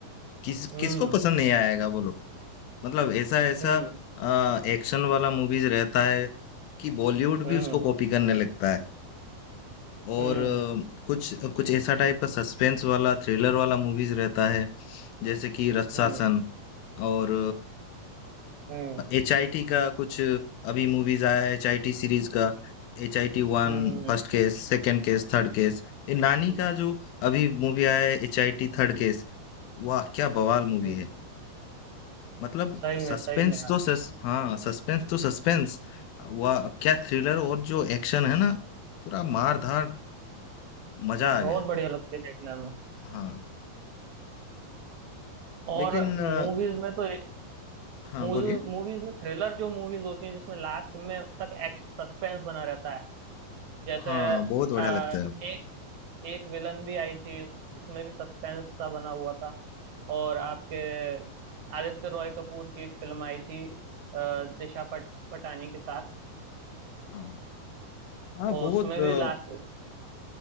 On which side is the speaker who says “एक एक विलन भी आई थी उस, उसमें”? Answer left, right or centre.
Right